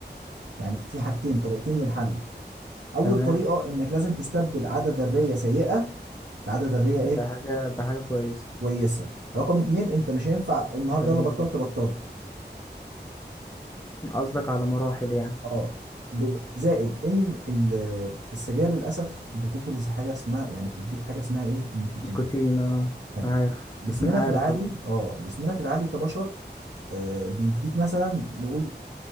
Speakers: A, on the right; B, on the left.
A: يعني في حاجتين طريقتين للحل اول
B: تمام
A: طريقه انك لازم تستبدل عاده ذريه سيئه بعاده ذريه
B: ده
A: ايه
B: حاجة ده حاجة كويسة
A: كويسه رقم اتنين انت مش هينفع النهارده
B: كلام
A: يلا بطلت
B: جميل
A: بطلت
B: قصدك على مراحل يعني
A: اه بال- زائد ان ال- السجاير للاسف بتفرز حاجه اسمها يعني بتديك حاجه اسمها ايه النيكوتين
B: نيكوتين اه
A: حلو
B: عارف
A: جسمنا
B: <laughs> عارف
A: في العادي
B: والله
A: اه جسمنا في العادي كبشر آه، بيديك مثلا نقول